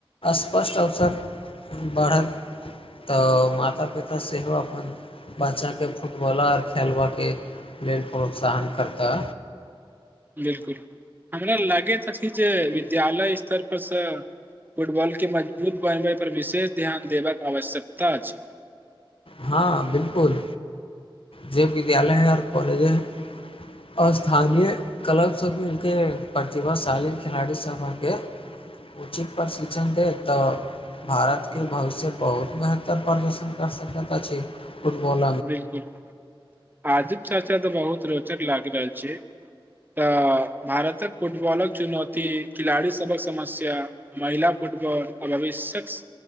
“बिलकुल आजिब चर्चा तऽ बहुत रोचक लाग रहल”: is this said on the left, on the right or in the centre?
Right